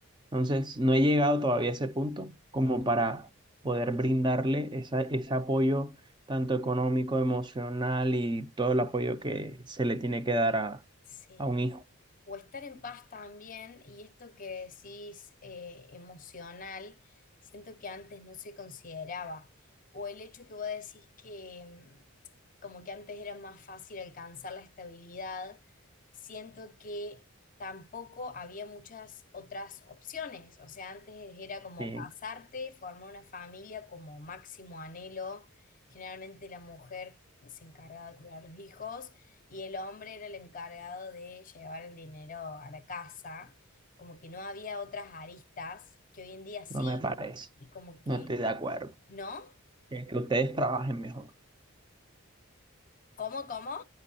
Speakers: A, on the right; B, on the left.
A: Entonces, no he llegado todavía a ese punto como para poder brindarle esa- ese apoyo tanto económico, emocional y todo el apoyo que se le tiene que dar a,
B: Sí.
A: a un hijo.
B: o estar en paz también, y esto que decís eh, emocional, siento que antes no se consideraba, o el hecho que vos decís que mm, como que antes era más fácil alcanzar la estabilidad, siento que tampoco había muchas otras opciones, o sea, antes era como
A: Sí,
B: casarte, formar una familia como máximo anhelo, generalmente la mujer se encargaba de cuidar a los hijos y el hombre era el encargado de llevar el dinero a la casa, como que no había otras aristas que hoy en día sí,
A: no me parece.
B: y como que,
A: No estoy de acuerdo.
B: ¿no?
A: Que que ustedes trabajen mejor.
B: ¿Cómo, cómo?